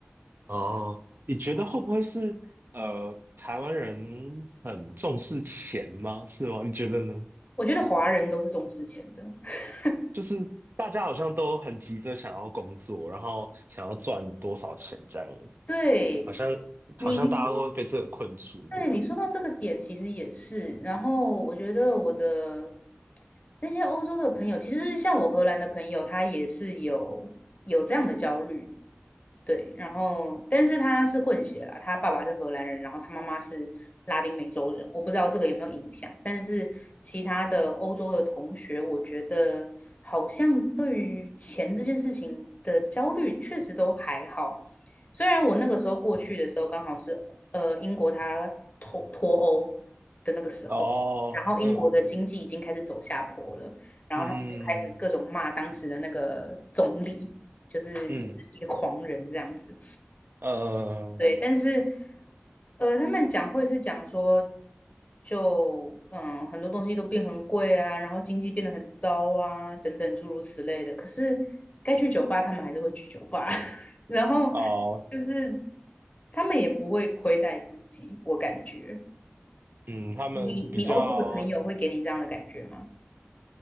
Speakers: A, on the right (about 55°); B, on the left (about 35°).
A: 哦，你觉得会不会是呃，台湾人很重视钱吗？是吗？你觉得呢？
B: 我觉得华人都是重视钱的。<laughs>
A: 就是大家好像都很急着想要工作，然后想要赚多少钱这样，
B: 对
A: 好像好像大家都会被这个困住，
B: 你，对，
A: 对不对？
B: 你说到这个点，其实也是。然后我觉得我的那些欧洲的朋友，其实像我荷兰的朋友，他也是有有这样的焦虑。对，然后但是他是混血啦，他爸爸是荷兰人，然后他妈妈是拉丁美洲人，我不知道这个有没有影响，但是其他的欧洲的同学，我觉得好像对于钱这件事情的焦虑确实都还好，虽然我那个时候过去的时候刚好是呃英国他脱脱欧的那个时候，
A: 哦，
B: 然后英国的经济已经开始走下坡了，
A: 嗯
B: 然后他们就开始各种骂当时的那个总理，
A: 嗯
B: 就是也是一个狂人这样子。
A: 嗯嗯呃
B: 对，但是呃，他们讲会是讲说，就嗯，很多东西都变很贵啊，然后经济变得很糟啊，等等诸如此类的。可是该去酒吧，他们还是会去酒吧，<laughs> 然后
A: 哦
B: 就是他们也不会亏待自己，我感觉。
A: 嗯，他们比较
B: 你你欧洲的朋友会给你这样的感觉吗？